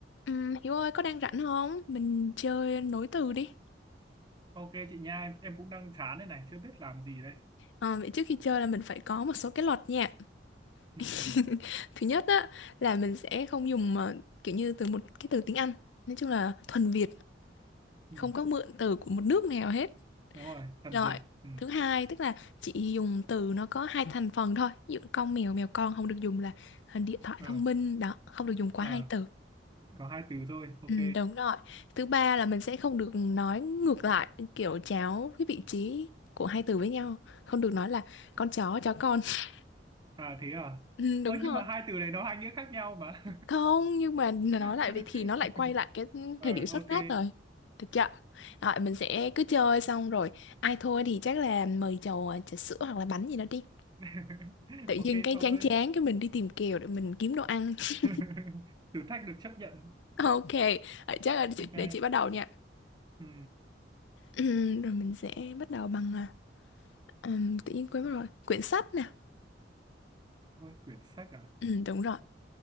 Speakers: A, on the left; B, on the right.
A: Ừm, Hiếu ơi có đang rảnh không? Mình chơi nối từ đi.
B: Ok chị nha, em, em cũng đang chán đây này, chưa biết làm gì đây.
A: Ờ, vậy trước khi chơi là mình phải có một số cái luật nha.
B: Ừ,
A: <laughs>
B: ừ,
A: Thứ nhất á là mình sẽ không dùng ờ, kiểu như từ một cái từ tiếng Anh. Nói chung là thuần Việt,
B: ừ.
A: không có mượn từ của một nước nào hết.
B: Đúng rồi, thần
A: Rồi.
B: Việt. Ừ.
A: Thứ hai tức là chỉ dùng từ nó có hai thành phần thôi. Ví dụ con mèo, mèo con không được dùng là ờ, điện thoại
B: Ờ,
A: thông minh đó, không được dùng quá
B: ờ,
A: hai từ.
B: có hai từ thôi, ok.
A: Ừ, đúng rồi. Thứ ba là mình sẽ không được nói ngược lại kiểu chéo cái vị trí của hai từ với nhau. Không được nói là con chó, chó con. <laughs>
B: À thế à?
A: Ừ,
B: Ơ
A: đúng rồi.
B: nhưng mà hai từ này nó hai nghĩa khác nhau mà.
A: Không, nhưng mà nói
B: <laughs>
A: lại vậy thì nó lại quay lại cái
B: Ờ,
A: thời điểm xuất
B: ok.
A: phát rồi. Được chưa? Rồi, mình sẽ cứ chơi xong rồi. Ai thôi thì chắc là mời chầu ờ, trà sữa hoặc là bánh gì đó đi.
B: <laughs>
A: Tự
B: Ok
A: nhiên cái
B: thôi.
A: chán chán cái mình đi tìm kèo để mình kiếm đồ ăn. <laughs>
B: <laughs> Thử thách được chấp nhận.
A: Ok, ờ, chắc là chị-
B: Ok.
A: để chị bắt đầu nha.
B: Ừ.
A: Ừm, rồi mình sẽ bắt đầu bằng à, ừm, tự nhiên quên mất rồi. Quyển sách nè.
B: Ôi, quyển sách à?
A: Ừ, đúng rồi.